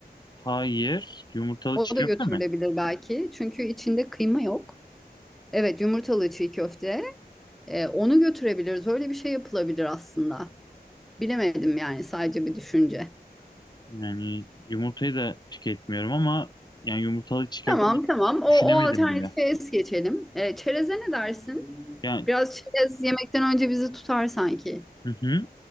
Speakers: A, on the left (about 25°); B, in the centre.
A: Hayır, yumurtalı
B: O
A: çiğ köfte
B: da götürülebilir
A: mi?
B: belki. Çünkü içinde kıyma yok. Evet, yumurtalı çiğ köfte. Ee, onu götürebiliriz. Öyle bir şey yapılabilir aslında. Bilemedim yani sadece bir düşünce.
A: Yani yumurtayı da tüketmiyorum ama yani yumurtalı çiğ köfte
B: Tamam
A: hiç
B: tamam. O,
A: düşünemedim
B: o alternatife
A: bile.
B: es geçelim. Ee, çereze ne dersin?
A: Yani
B: Biraz çerez yemekten önce bizi tutar sanki.
A: hı hı.